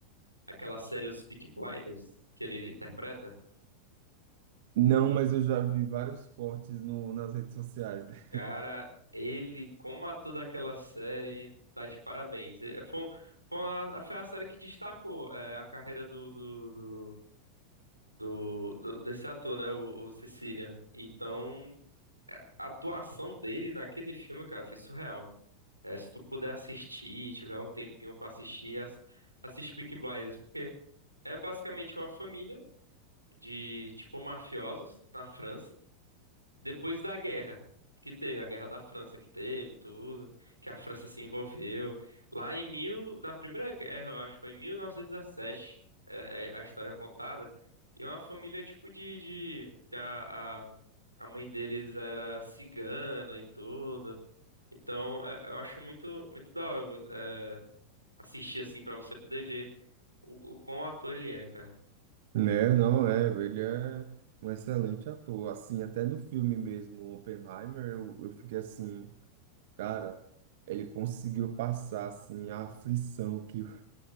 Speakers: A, on the right; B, on the right.
A: aquela série Os Peaky Blinders que ele interpreta?
B: não, mas eu já vi vários cortes no, nas redes sociais, dele.
A: Cara, ele, como ator daquela série, tá de parabéns. É, foi, um- foi, uma- foi a série que destacou é, a carreira do, do, do, do- do- desse ator, né? O, o Sicilian. Então, a atuação dele naquele filme, cara, foi surreal. É, se tu puder assistir, tiver um tempinho pra assistir, ass- assiste Peaky Blinders, porque É basicamente uma família de, tipo, mafiosos na França, depois da guerra que teve, a guerra da França que teve, tudo, que a França se envolveu. Lá em mil, na Primeira Guerra, eu acho, foi em 1917, é, é a história contada. E é uma família, tipo, de, de que a, a, a mãe deles era cigana e tudo. Então, é, eu acho muito, muito da hora, vo- é, assistir, assim, pra você poder ver o, o quão ator ele é, cara.
B: <laughs> né? Não, é, ele é um excelente ator. Assim, até no filme mesmo, Oppenheimer, eu, eu fiquei assim, cara, ele conseguiu passar, assim, a aflição que